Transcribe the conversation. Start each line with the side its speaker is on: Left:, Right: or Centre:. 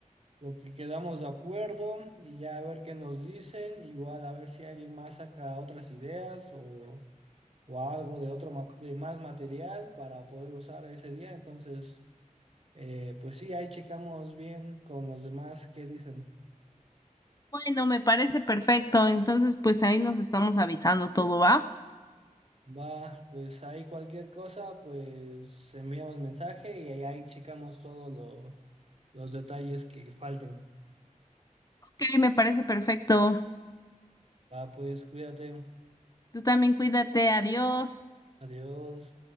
Right: lo que quedamos de acuerdo y ya a ver qué nos dicen, igual a ver si alguien más saca otras ideas o, o algo de otro ma- de más material para poder usar ese día. Entonces, eh, pues sí, ahí checamos bien con los demás qué dicen.
Left: Bueno, me parece perfecto, entonces pues ahí nos estamos avisando todo, ¿va?
Right: Va, pues ahí cualquier cosa, pues enviamos mensaje y ahí, ahí checamos todos los detalles que falten.
Left: Ok, me parece perfecto.
Right: Va, pues cuídate.
Left: Tú también cuídate, adiós.
Right: Adiós.